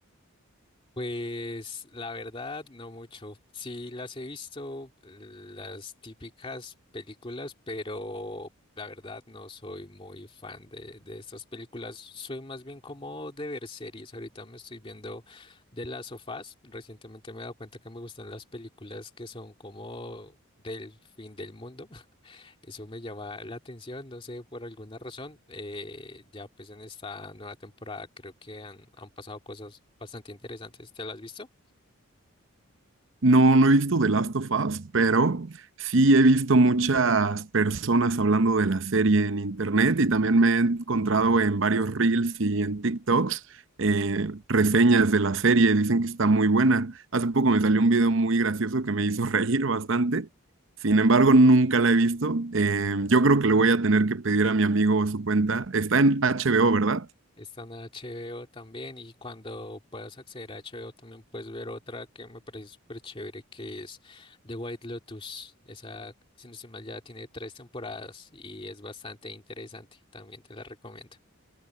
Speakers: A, on the left (about 25°); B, on the right (about 60°).
A: Pues la verdad, no mucho. Sí las he visto, eh, las típicas películas, pero la verdad no soy muy fan de, de estas películas. Soy más bien como de ver series. Ahorita me estoy viendo de las sofás. Recientemente me he dado cuenta que me gustan las películas que son como del fin del mundo. Eso me llama la atención, no sé, por alguna razón. eh, ya pues en esta nueva temporada creo que han, han pasado cosas bastante interesantes. ¿Te las has visto?
B: No, no he visto The Last of Us, pero sí he visto muchas personas hablando de la serie en internet y también me he encontrado en varios reels y en TikToks eh, reseñas de la serie. Dicen que está muy buena. Hace poco me salió un video muy gracioso que me hizo <laughs> reír bastante. Sin embargo, nunca la he visto. Eh, yo creo que le voy a tener que pedir a mi amigo su cuenta. Está en HBO, ¿verdad?
A: Está en HBO también y cuando puedas acceder a HBO también puedes ver otra que me parece súper chévere que es The White Lotus. Esa, si no estoy mal, ya tiene tres temporadas y es bastante interesante. También te la recomiendo.